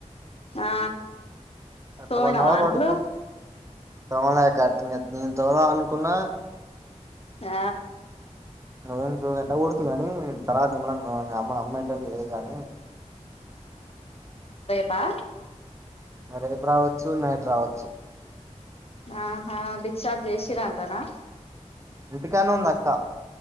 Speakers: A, on the left; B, on the right.
A: ఆ
B: అట్లా
A: తోమిన
B: వన్ అవర్
A: వాంట్లు
B: పడుకోని తోమలే అక్క నెన్ తోముదాం అనుకున్న
A: ఆ
B: ఇంకోంట కొడుతుంది కాని తర్వాత మిమ అమ్ అమ్మ ఏంట లేదుగానీ
A: పా
B: రేపు రావచ్చు నైట్ రావచ్చు
A: ఆహా డిచార్జ్ చేశీరా అంతనా
B: ఇంతకాన ఉందక్క